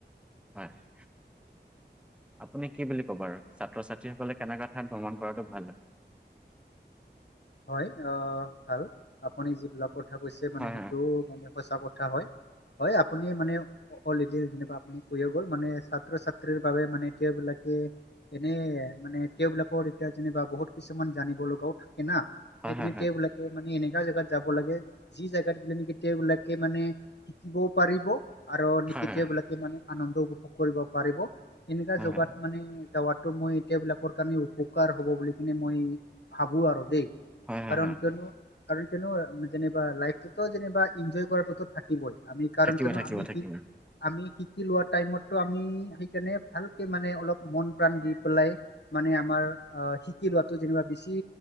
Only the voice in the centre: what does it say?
হয়। আপুনি কি বুলি ক'ব আৰু, ছাত্ৰ ছাত্ৰীসকলে কেনেকুৱা ঠাইত ভ্ৰমণ কৰাটো ভাল হয়?
হয়?
হয়
হয় হয়
হয় হয়
হয়
হয় হয়
হয় হয় হয়
হয়
থাকিব
থাকিব
থাকিব